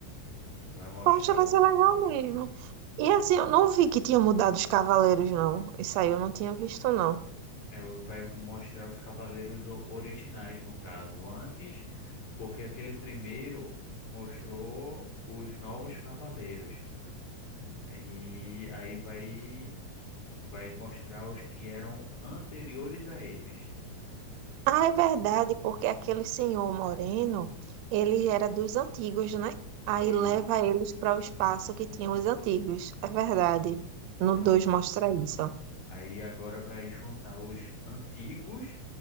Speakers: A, on the left; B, on the right.
A: Vai mostrar
B: Poxa, vai
A: os,
B: ser legal mesmo. E assim, eu não vi que tinha mudado os cavaleiros, não. Isso aí eu não tinha visto, não.
A: é, o- vai mostrar os cavaleiros o- originais, no caso, antes, porque aquele primeiro mostrou os novos cavaleiros. E aí vai vai mostrar os que eram anteriores a eles.
B: Ah, é verdade, porque aquele senhor moreno, ele era dos antigos, né? Aí
A: E
B: leva
A: né,
B: eles para o espaço que tinham os antigos. É verdade. No
A: pronto.
B: 2 mostra isso.
A: Aí agora vai juntar os antigos